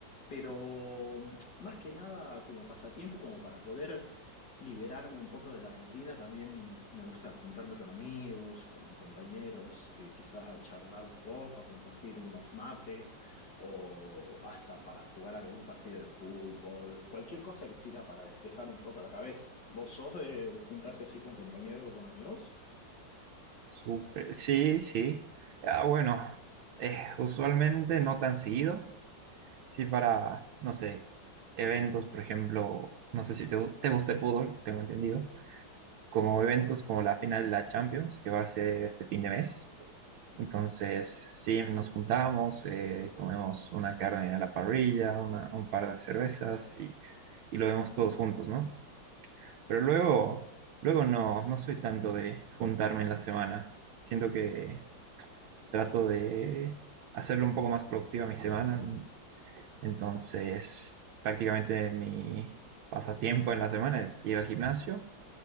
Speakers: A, on the left; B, on the right.
A: pero más que nada como pasatiempo, como para poder liberarme un poco de la rutina, también me gusta juntarme con amigos, con compañeros, eh, quizás a charlar un poco, a compartir unos mates o hasta para jugar algún partido de fútbol, cualquier cosa que sirva para despejar un poco la cabeza. ¿Vos sos de, de juntarte así con compañeros o con amigos?
B: Súper, sí, sí. Ah, bueno, eh, usualmente no tan seguido. Sí, para, no sé, eventos, por ejemplo, no sé si te, gu- te gusta el fútbol, tengo entendido, como eventos como la final de la Champions, que va a ser este fin de mes. Entonces, sí, nos juntamos, eh, comemos una carne a la parrilla, una- un par de cervezas y, y lo vemos todos juntos, ¿no? Pero luego, luego no, no soy tanto de juntarme en la semana. Siento que trato de hacerlo un poco más productiva mi semana. Entonces, prácticamente mi pasatiempo en la semana es ir al gimnasio